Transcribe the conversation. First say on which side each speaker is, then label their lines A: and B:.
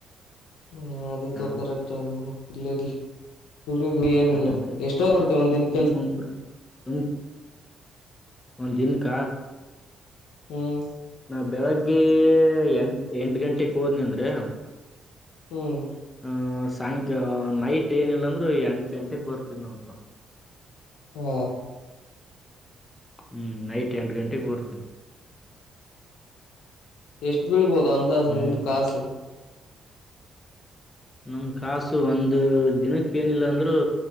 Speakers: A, on the left (about 85°); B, on the left (about 20°).
A: ಹ್ಮ ಅದು ತ
B: ಹ
A: ಕರೆಕ್ಟ್ ಅದು ಇಲ್ರಿ ಇಲ್ರಿ ದು ಏನ್
B: ಮತ್ತೆ
A: ಎಷ್ಟೋ ಮಾಡ್ತೇವ ಒಂದಿನ ಕೆಲಸ
B: <unintelligible> ಒ ಒಂದಿನಕ
A: ಹ್ಮ್
B: ನಾ ಬೆಳಗ್ಗೆ ಎಂಟ್ ಎಂಟ ಗಂಟೆಕ್ ಹೋದ್ನಿ ಅಂದ್ರೆ
A: ಹ್ಮ್
B: ಆ ಸಾಯಂಕ ನೈಟ್ ಏನಿಲ್ಲಾಂದ್ರೆ ಎಂಟ ಗಂಟೆಗೆ ಬರ್ತದ ನೋಡ್ತ
A: ಹ್ಮ
B: ಹ್ಮ್ ನೈಟ್ ಎಂಟು ಗಂಟೆಗೆ ಬರ್ತೇನೆ
A: ಎಷ್ಟು ಬೀಳ್ಬೋದು ಅಂದಾಜು
B: ಹ್ಮ್
A: ನಿಂದ ಕಾಸು
B: ನಮ್ ಕಾಸು ಒಂದು ದಿನಕ್ಕೆ ಏನಿಲ್ಲ ಅಂದ್ರರು